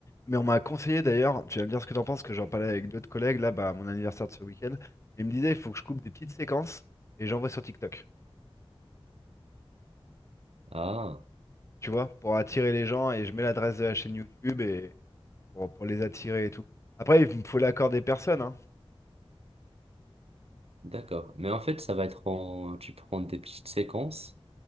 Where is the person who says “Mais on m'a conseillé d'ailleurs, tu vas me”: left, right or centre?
Left